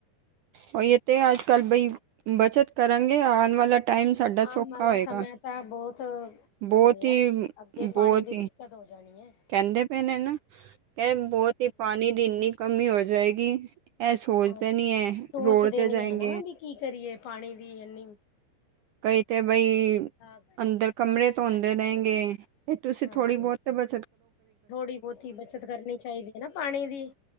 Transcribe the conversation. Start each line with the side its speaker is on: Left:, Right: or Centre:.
Right: ਹੋ ਇਹ ਤੇ ਆੱਜ ਕੱਲ ਬਈ ਬੱਚਤ ਕਰਾਂਗੇ ਆਉਣ ਵਾਲਾ ਟਾਈਮ ਸਾਡਾ ਸੌਖਾ
Left: ਆਮ ਵਾਲਾ
Right: ਹੋਏਗਾ
Left: ਸਮਿਆਂ ਤਾਂ ਬਹੁਤ
Right: ਬਹੁਤ
Left: ਹੋ ਰਿਹਾ
Right: ਹੀ
Left: ਅੱਗੇ
Right: ਬਹੁਤ
Left: ਪਾਣੀ ਦੀ
Right: ਹੀ
Left: ਦਿਕ ਕਦੋਂ ਹੋ ਜਾਣੀ ਹੈ।
Right: ਕਹਿੰਦੇ ਪਏ ਨੇ ਨਾ, ਕ ਬਹੁਤ ਹੀ ਪਾਣੀ ਦੀ ਇੰਨੀ ਕਮੀ ਹੋ ਜਾਏਗੀ। ਇਹ ਸੋਚਦਾ
Left: ਹਾਂ,
Right: ਨਹੀਂ ਹੈ,
Left: ਸੋਚਦੇ
Right: ਰੋਡ 'ਤੇ
Left: ਨੀ
Right: ਜਾਂਗੇ।
Left: ਐ ਨਾ ਵੀ ਕੀ ਕਰੀਏ ਪਾਣੀ ਦੀ ਇਨੀ
Right: ਕਈ ਤੇ ਬਈ
Left: ਕਰਕੇ
Right: ਅੰਦਰ ਕਮਰੇ ਧੋਂਦੇ
Left: ਹਾਂਜੀ-ਹਾਂਜੀ,
Right: ਰਣਗੇ ਤੇ ਤੁਸੀਂ
Left: ਹਾਂਜੀ। ਹਾਂਜੀ,
Right: ਥੋੜ੍ਹੀ ਬਹੁਤ ਤੇ ਬਾ।
Left: ਥੋੜ੍ਹੀ ਬਹੁਤੀ ਬੱਚਤ ਕਰਨੀ ਚਾਹੀਦੀ ਹੈ ਨਾ ਪਾਣੀ ਦੀ